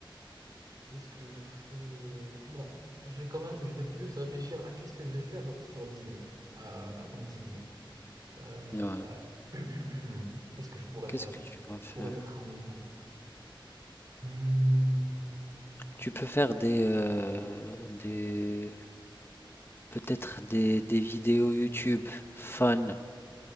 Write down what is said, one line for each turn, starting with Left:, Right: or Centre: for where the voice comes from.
Right: qu'est-ce que je ferai? Bon, je vais quand même, je vais plus réfléchir à qu'est-ce que je vais faire sur Disney, euh, dans Disney. Euh,
Left: Ouais.
Right: <clears throat> qu'est-ce que je pourrais
Left: Qu'est-ce
Right: faire?
Left: que
Right: qui
Left: tu vas faire?
Right: Pourrait être amusant. Hmm,
Left: Tu peux faire des, euh, des peut-être des, des vidéos YouTube fun.